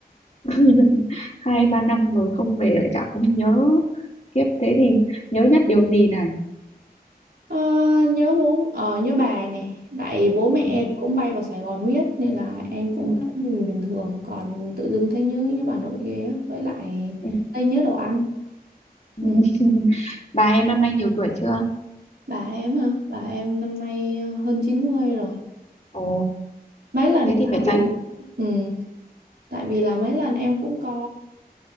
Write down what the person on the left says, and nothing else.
<laughs> hai ba năm rồi không về lại chả không nhớ kiếp thế thì nhớ nhất điều gì này
ừ.
Ừ.
Ừ.
ừ.
<laughs> bà em năm nay nhiều tuổi chưa
ồ
thế thì
phải tránh